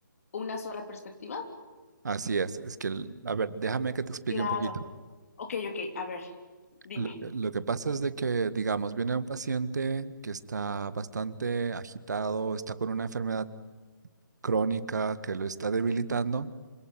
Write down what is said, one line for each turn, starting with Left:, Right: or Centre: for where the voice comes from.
Left: una sola perspectiva.
Right: Así es, es que, el- a ver, déjame que te explique
Left: Claro.
Right: un poquito.
Left: Ok, ok, a ver, dime.
Right: Lo que, lo que pasa es de que, digamos, viene un paciente que está bastante agitado, está con una enfermedad crónica que lo está debilitando